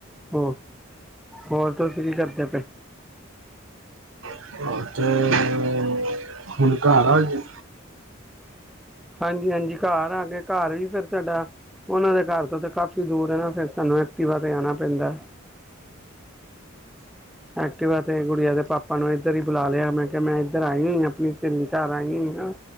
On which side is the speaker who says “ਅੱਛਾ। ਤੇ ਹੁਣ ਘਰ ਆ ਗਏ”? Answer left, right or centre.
Right